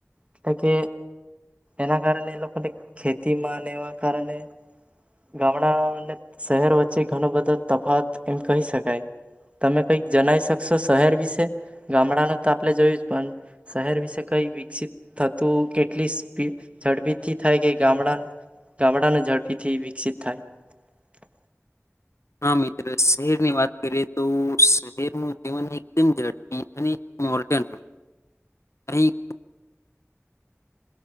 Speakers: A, on the right; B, on the left.
A: એટલે કે એના કારણે એ લોકોને ખેતીમાં એવા કારણે ગામડા શહેર વચ્ચે ઘણો બધો તફાવત એમ કહી શકાય તમે કઈ જણાઈ શકશો શહેર વિશે ગામડાને તો આપણે જોયું જ પણ શહેર વિશે કઈ વિકસિત થતું કેટલી સ્પી ઝડપીથી થાય કે ગામડા ગામડાને ઝડપીથી વિકસિત થાય
B: હા મિત્ર શહેરની વાત કરીએ તો શહેરનું જીવન એકદમ ઝડપી અને મોડન અહી